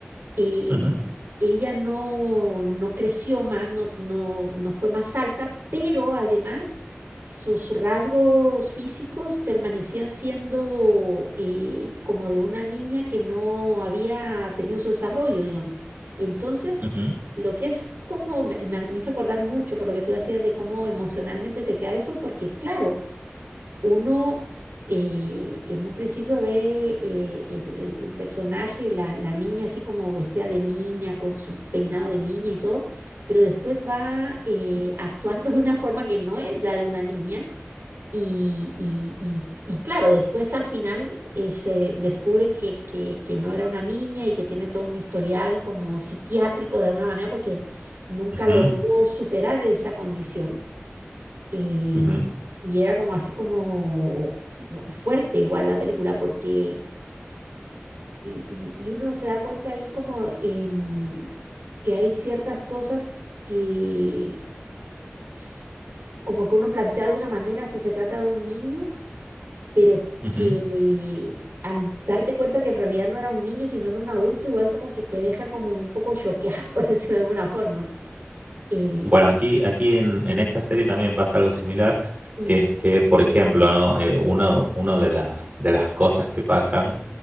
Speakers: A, on the right (about 55°); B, on the right (about 40°).
A: em,
B: Ujú,
A: ella no, no creció más, no, no, no fue más alta, pero además sus rasgos físicos permanecían siendo eh, como de una niña que no había tenido su desarrollo, digamos. Entonces,
B: ujú,
A: lo que es como, me, me- me hizo acordar mucho por lo que tú decías de cómo emocionalmente te queda eso, porque claro, uno eh, en un principio ve eh, el, el- el personaje, la, la niña así como vestida de niña, con su peinado de niña y todo, pero después va eh, actuando <laughs> de una forma que no es la de una niña y, y- y- y claro, después al final eh, se descubre que, que, que no era una niña y que tiene todo un historial como psiquiátrico de alguna manera porque nunca
B: ujú,
A: logró superar esa condición. Y,
B: ujú,
A: y era como así como fuerte igual la película, porque y, y- y uno se da cuenta ahí como em, que hay ciertas cosas que s- como que uno plantea de una manera si se trata de un niño, pero
B: ujú.
A: que
B: ujú.
A: al darte cuenta que en realidad no era un niño, sino era un adulto, igual como que te deja como un poco choqueado, <laughs> por decirlo de alguna forma. Eh,
B: Bueno, aquí, aquí en, en esta serie también pasa algo similar,
A: mm,
B: que es que, por ejemplo, ¿no? Eh, uno, uno de las, de las cosas que pasan